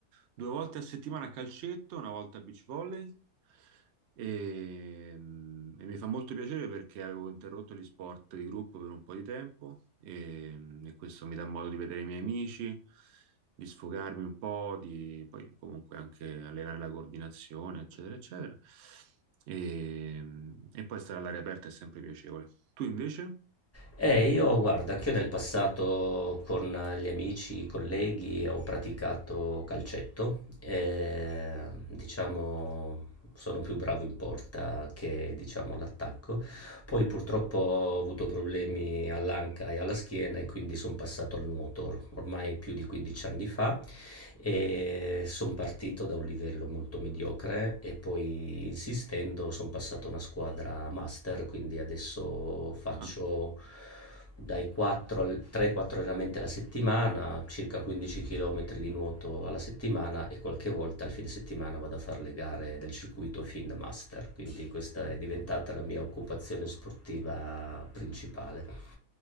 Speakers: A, on the right; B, on the left.
A: due volte a settimana a calcetto, una volta a beach volley e, mm, e mi fa molto piacere perché avevo interrotto gli sport di gruppo per un po' di tempo e, mm, e questo mi dà modo di vedere i miei amici, di sfogarmi un po', di poi comunque anche allenare la coordinazione, eccetera, eccetera. E, mm, e poi stare all'aria aperta è sempre piacevole. Tu invece?
B: E io, guarda, anch'io nel passato con gli amici, i colleghi, ho praticato calcetto e diciamo sono più bravo in porta che diciamo all'attacco. Poi purtroppo ho avuto problemi all'anca e alla schiena e quindi sono passato al nuoto or- ormai più di 15 anni fa e sono partito da un livello molto mediocre e poi insistendo sono passato a una squadra master, quindi adesso faccio
A: Ah.
B: dai 4 al 3-4 allenamenti alla settimana, circa 15 km di nuoto alla settimana e qualche volta al fine settimana vado a fare le gare del circuito Fin Master, quindi questa è diventata la mia occupazione sportiva principale.